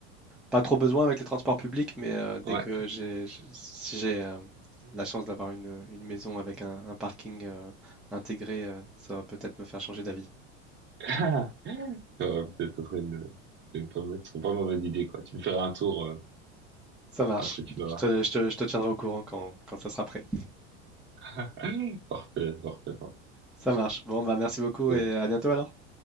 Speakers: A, in the centre; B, on the right (about 30°).
A: pas trop besoin avec les transports publics, mais euh, dès
B: Ouais.
A: que j'ai, j- si j'ai euh, la chance d'avoir une, une maison avec un, un parking euh, intégré, euh, ça va peut-être me faire changer d'avis.
B: <laughs> Ça va peut-être être une, une pas, mauvaise- une pas mauvaise idée, quoi. Tu me feras un tour euh,
A: Ça marche.
B: lorsque tu vas.
A: Je te, je te- je te tiendrai au courant quand, quand ça sera prêt.
B: là. <laughs> Parfait, parfait, parfait.
A: Ça marche. Bon, bah merci beaucoup
B: Ouais.
A: et à bientôt alors.